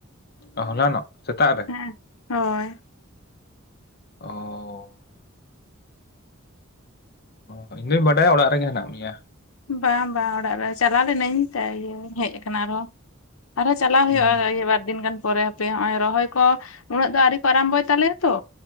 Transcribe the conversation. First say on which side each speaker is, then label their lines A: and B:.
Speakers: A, on the left (about 50°); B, on the left (about 80°).
A: ᱚ ᱦᱚᱞᱟᱱᱚᱜ ᱥᱮᱛᱟᱜ ᱨᱮ
B: ᱦᱮᱸ ᱦᱳᱭ
A: ᱚ ᱚ ᱤᱧ ᱫᱩᱧ ᱵᱟᱰᱟᱭᱟ ᱚᱲᱟᱜ ᱨᱮᱜᱮ ᱦᱮᱱᱟᱜ ᱢᱮᱭᱟ᱾
B: ᱵᱟᱝ ᱵᱟᱝ ᱚᱲᱟᱜ ᱨᱮ ᱪᱟᱞᱟᱣ ᱞᱤᱱᱟᱹᱧ ᱤᱭᱟᱹ ᱦᱮᱡ ᱠᱟᱱᱟ ᱟᱨᱚ ᱟᱨᱦᱚᱸ ᱪᱟᱞᱟᱣ ᱦᱩᱭᱩᱜᱼᱟ
A: ᱦᱩᱸ
B: ᱵᱟᱨ ᱫᱤᱱ ᱜᱟᱱ ᱯᱚᱨᱮᱼᱼ ᱦᱟᱯᱮ ᱦᱚᱜ ᱚᱭ ᱨᱚᱦᱚᱭ ᱠᱚ ᱩᱱᱟᱹᱜ ᱫᱚ ᱟᱣᱨᱤ ᱠᱚ ᱟᱨᱟᱢᱵᱚᱭ ᱛᱟᱞᱮᱭᱟ ᱛᱚ